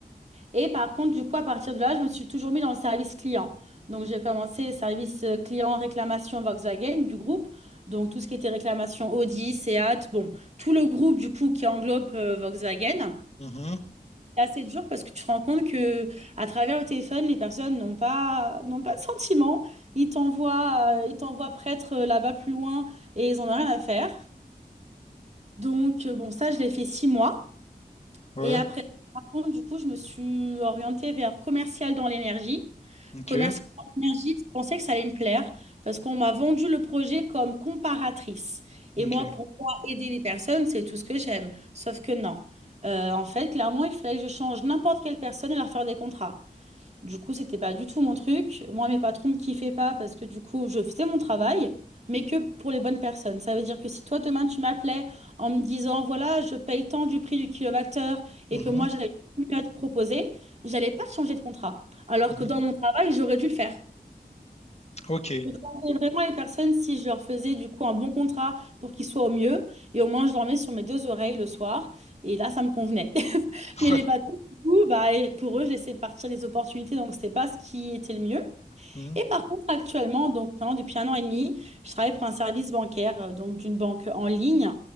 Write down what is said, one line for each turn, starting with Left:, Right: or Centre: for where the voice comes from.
Right: Et par contre, du coup, à partir de là, je me suis toujours mis dans le service client. Donc, j'ai commencé service euh, client réclamation Volkswagen du groupe. Donc, tout ce qui était réclamation Audi, Seat, bon, tout le groupe du coup qui englobe euh, Volkswagen.
Left: Mhm.
Right: C'est assez dur parce que tu te rends compte que à travers le téléphone, les personnes n'ont pas n'ont pas de sentiments. Ils t'envoient euh, ils t'envoient prêtre euh, là-bas plus loin et ils en ont rien à faire. Donc euh, bon, ça je l'ai fait six mois.
Left: Ouais.
Right: Et après, par contre, du coup, je me suis orientée vers commercial dans l'énergie.
Left: Ok.
Right: Commercial dans l'énergie, je pensais que ça allait me plaire parce qu'on m'a vendu le projet comme comparatrice. Et
Left: Ok.
Right: moi, pour moi, aider les personnes, c'est tout ce que j'aime. Sauf que non. Euh, en fait, clairement, il fallait que je change n'importe quelle personne et leur faire des contrats. Du coup, c'était pas du tout mon truc. Moi, mes patrons me kiffaient pas parce que du coup, je faisais mon travail, mais que pour les bonnes personnes. Ça veut dire que si toi, demain, tu m'appelais en me disant, voilà, je paye tant du prix du kilowattheure
Left: Mhm.
Right: et que moi, j'avais mieux à te proposer, j'allais pas te changer de contrat. Alors
Left: Mhm.
Right: que dans mon travail, j'aurais dû le faire.
Left: Ok.
Right: Je changerais vraiment les personnes si je leur faisais du coup un bon contrat pour qu'ils soient au mieux. Et au moins, je dormais sur mes deux oreilles le soir. Et là, ça me convenait. <laughs> Mais
Left: Ouais.
Right: les patrons, du coup, bah, et pour eux, je laissais partir les opportunités. Donc, c'était pas ce qui était le mieux.
Left: Mhm.
Right: Et par contre, actuellement, donc maintenant, depuis un an et demi, je travaille pour un service bancaire, euh, donc d'une banque en ligne,